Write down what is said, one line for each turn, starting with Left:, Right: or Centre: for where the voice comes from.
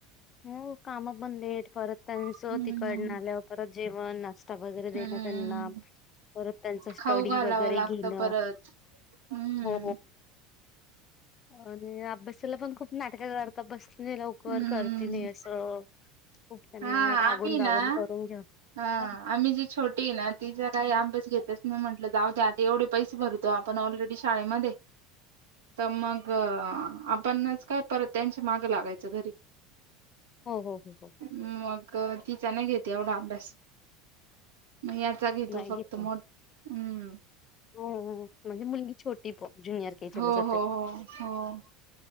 Left: हो काम पण लेट परत त्यांचं
Right: हम्म
Left: तिकडन आल्यावर परत जेवणत वगैरे
Right: हम्म
Left: देण त्यांना परत त्यांच स्टडी
Right: खाऊ घालावं
Left: वगैरे
Right: लागतं
Left: घेण
Right: परत हम्म
Left: हो आणि अभ्यासाला पण खूप नाटक करतात बस लवकर
Right: हम्म
Left: करते नाही असं खूप त्यांना
Right: हा
Left: रागवून
Right: आम्ही
Left: रागवून
Right: ना
Left: करून घ्या
Right: हा
Left: हो
Right: आम्ही जी छोटी आहे ना तिचा काही अभ्यास घेतच नाही म्हटलं जाऊ द आता एवढे पैसे भरतो आपण ऑलरेडी शाळेमध्ये तर मग आपणच काय परत त्यांच्या माग लागायचं घरी
Left: ह हो ह हो.
Right: मग तिचा नाही घेते एवढा अभ्यास. मग याचा घेतो
Left: नाही
Right: फक्त
Left: घेते.
Right: मोठ हम्म
Left: हो म्हणजे मुलगी छोटी प जुनियर केजीं
Right: हो
Left: ला जाते.
Right: हो हो हो